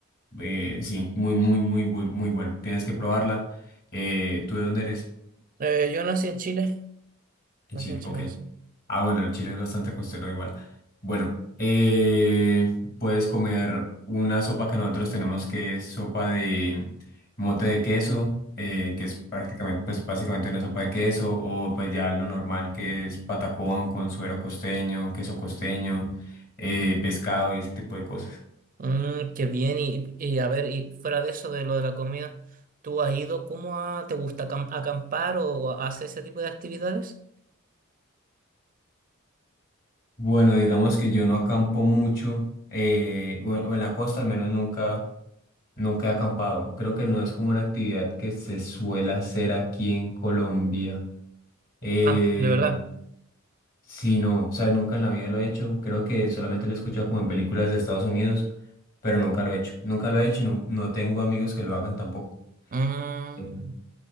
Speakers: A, on the left; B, on the right.
A: eh, sí, muy, muy, muy, muy, muy buena. Tienes que probarla. Eh, ¿tú de dónde eres?
B: Eh, yo nací en Chile.
A: En
B: Nací
A: Chile,
B: en Chile,
A: ok.
B: sí.
A: Ah, bueno, el Chile es bastante costero igual. Bueno, eh, puedes comer una sopa que nosotros tenemos que es sopa de mote de queso, eh, que es prácticamente, pues básicamente una sopa de queso, o pues ya lo normal que es patacón con suero costeño, queso costeño, eh, pescado y ese tipo de cosas.
B: Mm, qué bien, y, y a ver, y fuera de eso, de lo de la comida, ¿tú has ido cómo a, te gusta acam- acampar o haces ese tipo de actividades?
A: Bueno, digamos que yo no acampo mucho, eh, o o en la costa al menos nunca, nunca he acampado. Creo que no es como una actividad que se suele hacer aquí en Colombia. Eh,
B: Ah, de verdad.
A: sí, no, o sea, nunca en la vida lo he hecho. Creo que solamente lo he escuchado como en películas de Estados Unidos, pero nunca lo he hecho. Nunca lo he hecho y no, no tengo amigos que lo hagan tampoco.
B: Ah,
A: Eh,